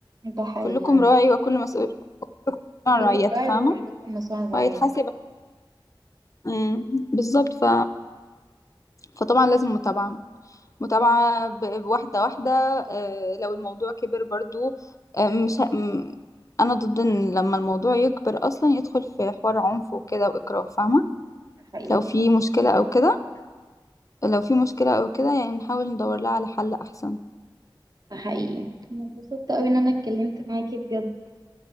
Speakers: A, on the right (about 45°); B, on the left (about 40°).
A: ده حقيقي
B: كلكم
A: عندك
B: راعي وكل مسؤول كلكم عن
A: كلكم
B: رعيته
A: راعي
B: فاهمة
A: وكلكم مسؤول عن رعيته
B: وهيتحاسب مم، بالظبط ف... فطبعا لازم متابعة متابعة ب- واحدة واحدة آه، لو الموضوع كبر برضو آه، مش ه- م- أنا ضد إن لما الموضوع يكبر أصلا يدخل في حوار عنف وكده وإكراه فاهمة
A: ده حقيقي
B: لو في
A: عندك
B: مشكلة أو كده لو في مشكلة أو كده يعني نحاول ندور لها على حل أحسن
A: ده حقيقي أنا اتبسطت أوي إن أنا اتكلمت معاكي بجد